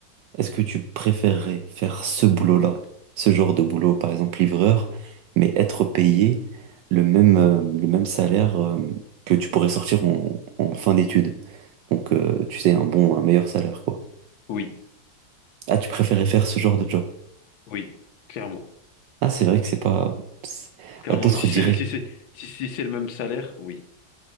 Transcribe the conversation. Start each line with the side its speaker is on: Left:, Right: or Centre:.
Right: est-ce que tu préférerais faire ce boulot-là, ce genre de boulot, par exemple livreur, mais être payé le même, euh, le même salaire euh, que tu pourrais sortir en, en fin d'études? Donc, euh, tu sais, un bon, un meilleur salaire, quoi.
Left: Oui,
Right: Ah, tu préférais faire ce genre de job?
Left: oui, clairement.
Right: Ah, c'est vrai que c'est pas... c'est-
Left: Clairement,
Right: bah, D'autres
Left: si
Right: diraient
Left: c'est le, si c'est, si, si c'est le même salaire, oui.